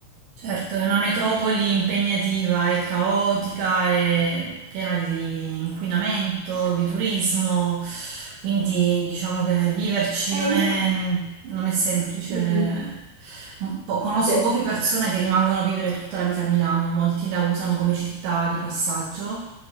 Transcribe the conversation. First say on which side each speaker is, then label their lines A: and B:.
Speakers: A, on the right; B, on the right.
A: Certo, è una metropoli impegnativa, è caotica, è piena di inquinamento, di turismo, quindi diciamo che viverci non
B: E
A: è,
B: io...
A: non è semplice.
B: Mm, mm,
A: Un po- conosco
B: sì.
A: poche persone che rimangono a vivere tutta la vita a Milano, molti la usano come città di passaggio,